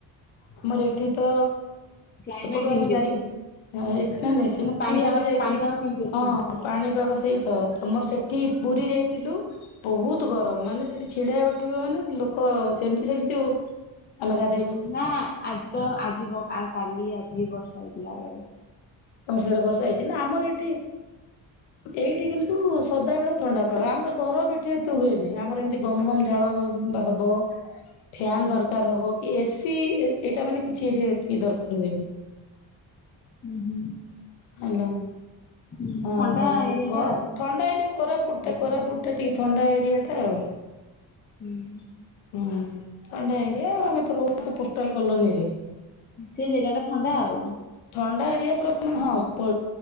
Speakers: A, on the left; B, on the left.
A: ଆମର ଏଠି ତ
B: କ୍ଲାଇମେଟ
A: ସେପଟୁ
B: କେମିତି
A: ଆମେ ଯାଇ
B: ଅଛି?
A: ନାଇ ନାଇଁ ସେଠି
B: ମାନେ ପାଣିପାଗ
A: ଆମେ ଯାଇଥିଲୁ
B: ପାଣିପାଗ କେମିତି ଅଛି
A: ହଁ
B: ଏଇନା?
A: ପାଣିପାଗ ସହିତ ତମର ସେଠି ପୁରୀ ଯାଇଥିଲୁ ବହୁତ ଗରମ ମାନେ ସେଠି ଛିଡା ଉଠିବ ମାନେ ଲୋକ ସେମିତି ସେମିତି ଆମେ ଗାଧୋଇ
B: ନା ଆଜି ତ ଆଜି କାଲି ଆଜି ବର୍ଷା ହେଇଥିଲା ଆଗରେ।
A: ତମ ସେଟେ ବର୍ଷା ହେଇଛି ନା ଆମର ଏଠି ଏଇଠି କିନ୍ତୁ ସଦା ବେଳ ଥଣ୍ଡା ଫାଗ ଆମର ଗରମ ଏଠି ଏତେ ହୁଏନି ଆମର ଏମିତି ଗମ ଗମ ଝାଳ ହବ ଫ୍ୟାନ ଦରକାର ହବ କି ଏସି ଏଇଟା ମାନେ କିଛି ଏରିଆ ଏତିକି ଦରକାର ହୁଏନି।
B: ହୁଁ ହୁଁ।
A: ହେଲା
B: ହୁଁ
A: ଆଉ
B: ଥଣ୍ଡା ଏରିଆ
A: ଗ
B: ଟା
A: ଥଣ୍ଡା ଏରିଆ କୋରଫୁଟ
B: ଲୋକେସନ।
A: ଟା କୋରଫୁଟ ଟିକେ ଥଣ୍ଡା ଏରିଆଟା ଆଉ।
B: ହୁଁ।
A: ହୁଁ ଥଣ୍ଡେ ହେଇରେ ଆଉ ଆମେ ତ ର ପୋଷ୍ଟାଲ କଲୋନିରେ।
B: ସେ ଜାଗା ଟା ଥଣ୍ଡା ଆଉ।
A: ଥଣ୍ଡା ଏରିଆ ପୁରା ମାନେ ହଁ।